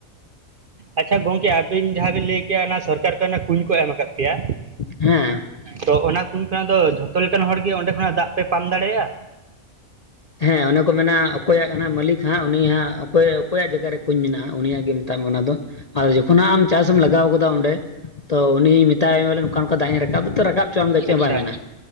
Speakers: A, on the right; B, on the left.
A: ᱟᱪᱪᱷᱟ ᱜᱚᱝᱠᱮ ᱟᱹᱵᱤᱱ ᱡᱟᱦᱟᱸ ᱵᱤᱱ ᱞᱟᱹᱭ ᱠᱮᱜᱼᱟ ᱚᱱᱟ ᱥᱚᱨᱠᱟᱨ ᱠᱷᱚᱡ ᱠᱩᱧ ᱠᱚ ᱮᱢ ᱟᱠᱟᱫ ᱯᱮᱭᱟ,
B: ᱦᱮᱸ,
A: ᱛᱚ ᱚᱱᱟ ᱠᱩᱧ ᱠᱷᱚᱱᱟᱜ ᱫᱚ ᱡᱷᱚᱛᱚ ᱞᱮᱠᱟᱱ ᱦᱚᱲ ᱜᱮ ᱚᱸᱰᱮ ᱠᱷᱚᱱᱟᱜ ᱫᱟᱜ ᱯᱮ ᱯᱟᱢ ᱫᱟᱲᱮᱭᱟᱜᱼᱟ?
B: ᱦᱮᱸ ᱚᱱᱮ ᱠᱚ ᱢᱮᱱᱟ ᱚᱠᱚᱭᱟᱜ ᱠᱟᱱᱟ ᱢᱟᱹᱞᱤᱠ ᱦᱮᱸ ᱩᱱᱤᱭ ᱦᱟᱸᱜ ᱚᱠᱚᱭ ᱚᱠᱚᱭᱟᱜ ᱡᱟᱭᱜᱟ ᱨᱮ ᱠᱩᱧ ᱢᱮᱱᱟᱜᱼᱟ ᱩᱱᱤᱭᱟᱜ ᱜᱮ ᱢᱮᱛᱟᱜ ᱢᱮ ᱚᱱᱟ ᱫᱚ᱾ ᱟᱨ ᱡᱚᱠᱷᱚᱱᱦᱟᱜ ᱟᱢ ᱪᱟᱥᱮᱢ ᱞᱟᱜᱟᱣ ᱟᱠᱟᱫᱟ ᱚᱸᱰᱮ ᱛᱚ ᱩᱱᱤ ᱢᱮᱛᱟᱭ ᱵᱚᱞᱮ ᱱᱚᱝᱠᱟ ᱱᱚᱝᱠᱟ ᱫᱟᱜ ᱤᱧ ᱨᱟᱠᱟᱵ ᱫᱚ ᱨᱟᱠᱟᱵ ᱪᱮᱫ ᱦᱚᱸ ᱵᱟᱭ
A: ᱟᱪᱪᱷᱟ
B: ᱢᱮᱱᱟ